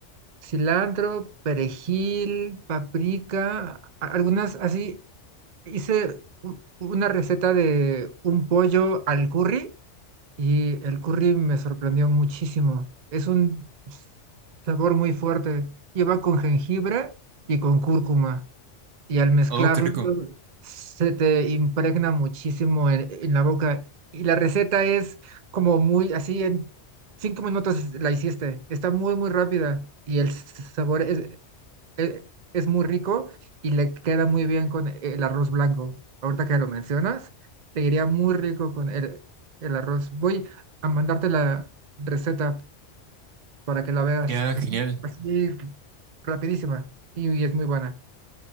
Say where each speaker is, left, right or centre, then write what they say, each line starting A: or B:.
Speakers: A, on the right (about 45°); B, on the right (about 90°).
A: cilantro, perejil, paprika, a- algunas así. Hice u- una receta de un pollo al curry Y el curry me sorprendió muchísimo. Es un sabor muy fuerte. Lleva con jengibre y con cúrcuma. Y al mezclarlo
B: Oh, qué rico.
A: se te impregna muchísimo en, en la boca. Y la receta es como muy así en cinco minutos la hiciste. Está muy, muy rápida. Y el s- sabor es, e- es muy rico y le queda muy bien con el arroz blanco. Ahorita que lo mencionas, te iría muy rico con el, el arroz. Voy a mandarte la receta para que la veas.
B: Ya,
A: Es
B: genial.
A: así rapidísima y, y es muy buena.